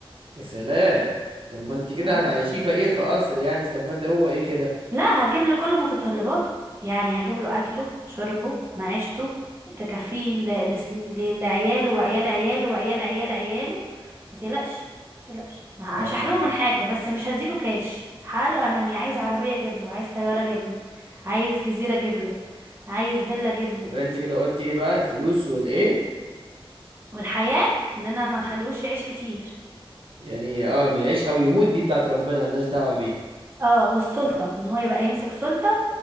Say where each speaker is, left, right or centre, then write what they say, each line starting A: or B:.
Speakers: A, on the right; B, on the right.
A: يا سلام طب ما انت كده
B: اه
A: هتعيشيه فقير في قصر يعني استفاد هو ايه كده
B: لا هجيب له كل متطلباته يعني هجيب له اكله شربه معيشته تكفيه ل- لسن- ل- لعياله وعيال عياله وعيال عيال عياله ما تقلقش ما تقلقش ما-
A: اه
B: مش هحرمه من حاجه بس مش هديله كاش حاله اماني عايز عربيه اجيب له عايز طياره اجيب له عايز جزيره اجيب له عايز فيلا اجيب له
A: يبقى انت كده قلتي ايه بقى الفلوس والايه
B: والحياه ان انا ما اخليهوش يعيش كتير
A: يعني اه ما يعيش او يموت دي بتاعت ربنا مالناش دعوة بيها
B: اه والسلطه ان هو يبقى يمسك سلطه